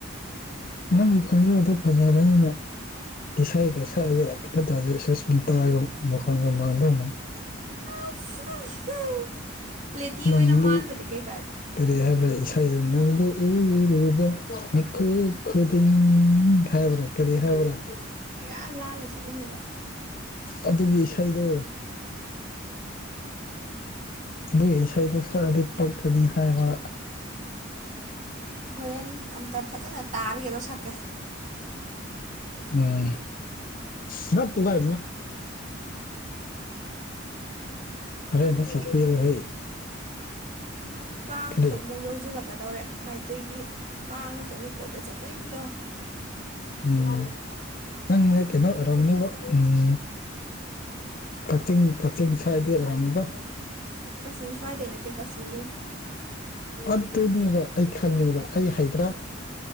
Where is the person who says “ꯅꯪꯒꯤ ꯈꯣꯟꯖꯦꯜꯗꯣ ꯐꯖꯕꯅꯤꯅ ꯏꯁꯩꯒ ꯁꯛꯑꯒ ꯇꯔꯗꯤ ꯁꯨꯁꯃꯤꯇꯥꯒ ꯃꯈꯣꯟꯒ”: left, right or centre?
Left